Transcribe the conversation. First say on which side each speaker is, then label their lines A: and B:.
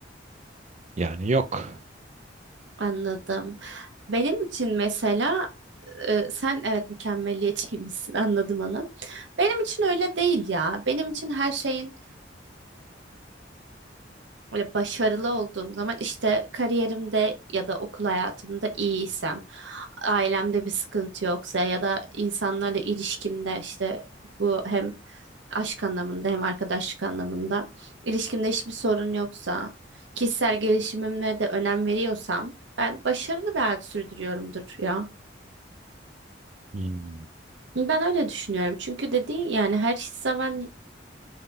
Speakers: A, on the right; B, on the right.
A: Yani yok.
B: Anladım. Benim için mesela e, sen evet mükemmeliyetçiymişsin <laughs> anladım onu. Benim için öyle değil ya. Benim için her şeyin Böyle başarılı olduğum zaman işte kariyerimde ya da okul hayatımda iyiysem, ailemde bir sıkıntı yoksa ya da insanlarla ilişkimde işte bu hem aşk anlamında hem arkadaşlık anlamında ilişkimde hiçbir sorun yoksa, kişisel gelişimime de önem veriyorsam ben başarılı bir hayat sürdürüyorumdur ya.
A: Hmm.
B: Ben öyle düşünüyorum. Çünkü dediğin yani her zaman